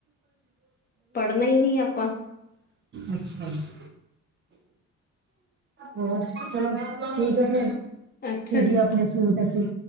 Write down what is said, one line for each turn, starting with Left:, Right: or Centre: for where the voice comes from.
Left: ਪੜ੍ਹਨਾ ਹੀ ਨੀ ਆਪਾਂ
Right: ਅੱਛਾ ਜੀ। <inaudible> ਹੋਰ ਚਲੋ ਠੀਕ ਹੈ ਫਿਰ ਤੁਸੀ
Left: ਅੱਛਾ ਜੀ
Right: ਆਪਣੇ ਸੂਟ ਅਸੀ